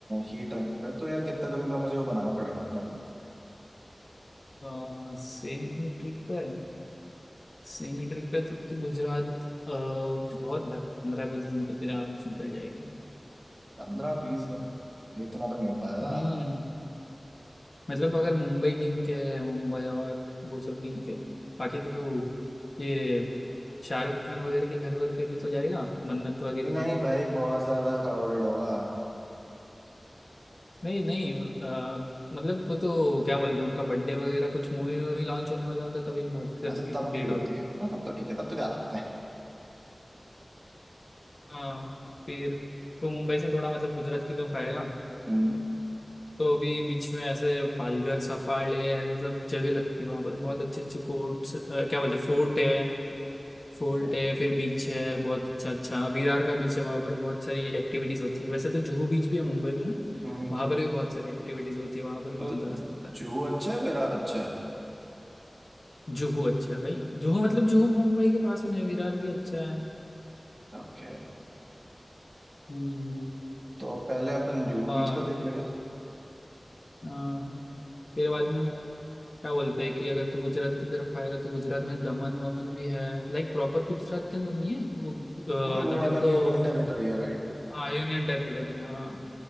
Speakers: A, on the right; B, on the left.
A: ही ट्रिप पे तो यार कितने दिन का मुझे वो बनाना पड़ेगा अपना टूर
B: हाँ सेम ही ट्रिप है सेमी ट्रिप है तो, तो गुजरात अ, बहुत पंद्रह बीस दिन तक फिर आराम से निकल जाएगी
A: पंद्रह बीस दिन इतना तो नहीं हो पाएगा
B: हम्म मतलब अगर मुंबई गिन के मुंबई और वो सब गिन के बाकी तो ये शाहरुख खान वगैरह के घर वर पे भी तो जाएगा मन्नत वगैरह
A: नहीं
B: पे
A: भाई बहुत ज्यादा क्राउडेड होगा
B: नहीं नहीं अ, मतलब वो तो क्या बोलते हैं उनका बर्थडे वगैरह कुछ मूवी वूवी लॉन्च होने वाला होता है तभी बहुत गर्दी-
A: अच्छा तब
B: भीड़
A: भीड़ होती
B: हो
A: है हाँ तब तो ठीक है तब तो जा सकते हैं
B: हाँ फिर तो मुंबई से थोड़ा मतलब गुजरात की तरफ आएगा
A: हम्म
B: तो अभी बीच में ऐसे पालघर सफाड़े ऐसे सब जगह लगती है वहां पर बहुत अच्छे अच्छे कोर्ट्स क्या बोलते हैं फोर्ट है फोर्ट
A: ठीक है।
B: है फिर बीच है बहुत अच्छा अच्छा विरार का बीच है वहां पर बहुत सारी एक्टिविटीज होती है वैसे तो जुहू बीच भी है मुंबई में
A: हम्म,
B: वहां पर भी बहुत सारी एक्टिविटीज होती है वहां पर भी
A: तो
B: तू जा सकता
A: जुहू
B: है
A: अच्छा है विरार अच्छा है
B: जुहू अच्छा है भाई जुहू मतलब जुहू मुंबई के पास में है, विरार भी अच्छा है
A: ओके
B: हम्म
A: तो पहले अपन जुहू
B: और
A: बीच का देख लेंगे
B: अ, फिर बाद में क्या बोलते हैं कि अगर तू गुजरात की तरफ आएगा तो गुजरात में दमन वमन भी है लाइक प्रॉपर गुजरात के अंदर नहीं है वो
A: हम्म
B: अ,
A: वो
B: दमन
A: अलग
B: तो
A: यूनियन टेरिटरी है राइट
B: हाँ यूनियन टेरिटरी हाँ